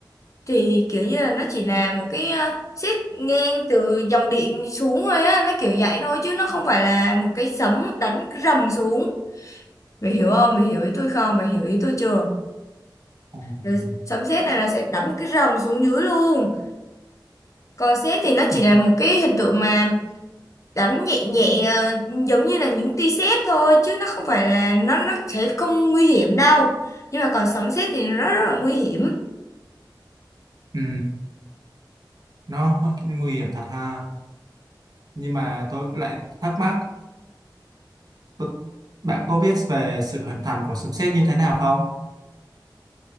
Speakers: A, on the left; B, on the right.
A: thì kiểu như là nó chỉ là một cái ờ, sét ngang từ dòng điện xuống thôi á. Nó kiểu vậy thôi chứ nó không phải là một cái sấm đánh rầm xuống. Mày hiểu không? Mày hiểu ý tôi không? Mày hiểu ý tôi chưa?
B: ừ,
A: Rồi Sấm sét này nó sẽ đánh một cái rầm xuống dưới luôn còn sét thì nó chỉ
B: ừ,
A: là một cái hình tượng mà đánh nhẹ nhẹ ờ, giống như là những tia sét thôi chứ nó không phải là nó nó sẽ không nguy hiểm đâu. Nhưng mà còn sấm sét thì nó rất là nguy hiểm.
B: ừ, nó nguy hiểm thật ha nhưng mà tôi lại thắc mắc tôi- bạn có biết về sự hình thành của sấm sét như thế nào không